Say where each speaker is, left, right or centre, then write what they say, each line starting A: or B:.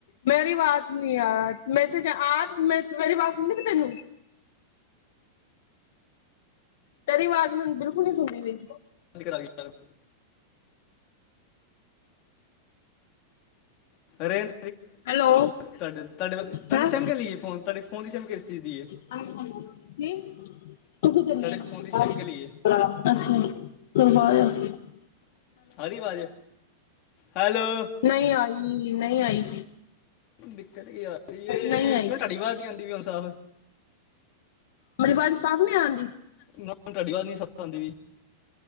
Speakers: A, on the left; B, on the left.
A: ਮੇਰੀ ਆਵਾਜ਼ ਨੀ ਯਾਰ ਮੈਂ ਤੇ ਆ ਮੈਂ ਮੇਰੀ ਆਵਾਜ਼ ਸੁਣਦੀ ਪਈ ਤੈਨੂੰ? ਤੇਰੀ ਆਵਾਜ਼ ਮੈਨੂੰ ਬਿਲਕੁਲ ਨੀ ਸੁਣਦੀ ਪੀ।
B: <unintelligible> <unintelligible> ਕਰ
A: ਹੈਲੋ
B: ਤੁਹਾਡੇ, ਤੁਹਾਡੇ ਤੁਹਾਡੀ
A: ਹੈਂ।
B: ਸਿਮ ਕੇ ਲਈਏ ਫੋਨ ਤੁਹਾਡੇ ਫੋਨ ਦੀ ਸਮਿਮ ਕਿਸ ਚੀਜ਼ ਦੀ ਹੈ।
A: <unintelligible> ਅੱਛਾ
B: ਤੁਹਾਡੇ ਫੋਨ ਦੀ ਸਿਮ
A: ਜੀ
B: ਕੇ ਲਈ
A: <unintelligible>
B: ਆਰੀ ਵਾਜ, ਹੈਲੋ।
A: ਨਹੀਂ ਆਈ-ਨਹੀਂ ਆਈ।
B: ਦਿੱਕਤ ਏ ਆ ਰੀਏ
A: ਨਹੀਂ
B: ਮੈਨੂੰ
A: ਆਈ
B: ਤੁਹਾਡੀ ਆਵਾਜ਼ ਨੀ ਆਦੀ ਪਈ ਹੁਣ ਸਾਫ਼।
A: ਮੇਰੀ ਆਵਾਜ਼ ਸਾਫ਼ ਨਈਂ ਆਉਂਦੀ।
B: ਨਾ ਤੁਹਾਡੀ ਆਵਾਜ਼ ਨੀ ਸਮ ਆਉਂਦੀ ਪੀ।